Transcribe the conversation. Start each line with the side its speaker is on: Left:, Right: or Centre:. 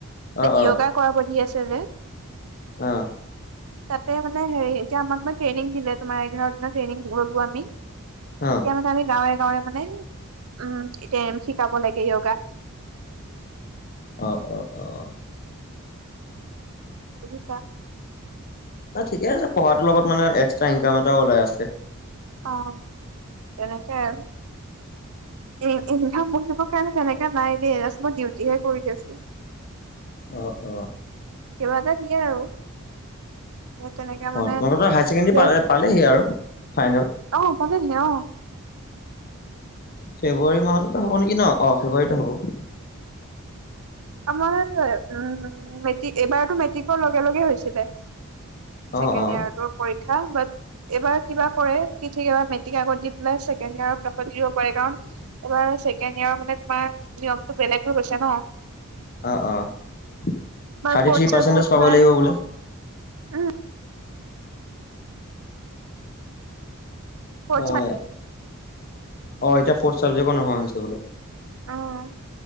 Left: অ'
Right: য়োগা কৰাব দি আছে যে।
Left: আহ।
Right: তাতে মানে হেৰি এতিয়া আমাক মানে ট্ৰেইনিং দিলে তোমাৰ এঘাৰটা দি ট্ৰেইনিং ললো আমি
Left: অ'।
Right: এতিয়া মানে আমি। গাঁৱে গাঁৱে মানে উম, এতিয়া এম শিকাব লাগে য়োগা।
Left: অ' অ' অ' অ'।
Right: বুজিছা।
Left: ন ঠিকে আছে, পঢ়াটোৰ লগত মানে এক্সট্ৰা ইনকাম এটাও ওলাই আছে।
Right: অ' তেনেকে আৰু উ উ <unintelligible> কাৰণে তেনেককা নাই দেই এ মই ডিউটিহে কৰি আছো।
Left: অ' অ'।
Right: কিবা এটা দিয়ে আৰু তেনেকে মানে
Left: অ' তোমালোক হায়াৰ ছেকেণ্ডেৰী
Right: যে
Left: পালেহি আৰু ফাইনেল।
Right: অ পালেহি ন অ'।
Left: ফেব্ৰুৱাৰী মাহততো হ'ব নেকি ন অ' ফেব্ৰুৱাৰীত হ'ব।
Right: আমাৰ উম, মেট্ৰিক এইবাৰতো মেট্ৰিকৰ লগে লগে হৈছিলে। ছেকেণ্ড
Left: অ' অ'
Right: ইয়েৰৰ টো পৰীক্ষা। শ বাট এবাৰ কিবা কৰে কি ঠিক এবাৰ মেট্ৰিক আগত দি পেলাই ছেকেণ্ড ইয়াৰ পাছত দিব পাৰে, কাৰণ এইবাৰ ছেকেণ্ড ইয়াৰৰ কাৰণে তোমাৰ নিয়মটো বেলেগ হৈ গৈছে ন।
Left: অ' অ' thirty
Right: তোমাৰ fourth
Left: three
Right: subject
Left: percentage পাব
Right: নাই
Left: লাগিব বোলে।
Right: উম। ফৰ্থ
Left: অ'
Right: নাই।
Left: অ' এতিয়া ফ্ৰৰ্থ চাবজেক্ট নোহোৱা হৈছে বোলো।
Right: উম